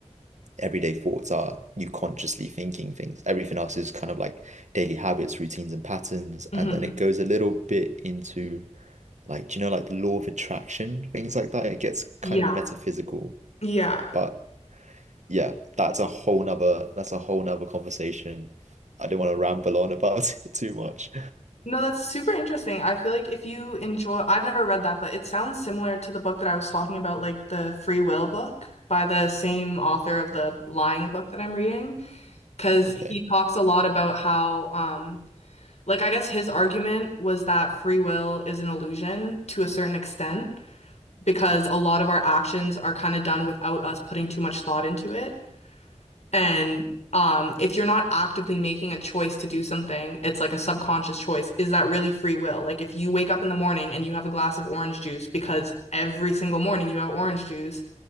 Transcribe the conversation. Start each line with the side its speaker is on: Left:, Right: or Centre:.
Right: everyday thoughts are you consciously thinking things. Everything else is kind of like daily habits, routines, and patterns.
Left: hmm
Right: And then it goes a little bit into like, you know, like the law of attraction, things like that. It gets
Left: Yeah.
Right: kind of metaphysical.
Left: Yeah.
Right: But yeah, that's a whole nother that's a whole nother conversation. I don't want to ramble on about <laughs> it too much.
Left: No, that's super interesting. I feel like if you enjoy, I've never read that, but it sounds similar to the book that I was talking about, like the Free Will book by the same author of the Lying book that I'm reading, because
Right: Okay.
Left: he talks a lot about how, um, like, I guess his argument was that free will is an illusion to a certain extent. because a lot of our actions are kind of done without us putting too much thought into it. And um, if you're not actively making a choice to do something, it's like a subconscious choice. Is that really free will? Like if you wake up in the morning and you have a glass of orange juice because every single morning you have orange juice,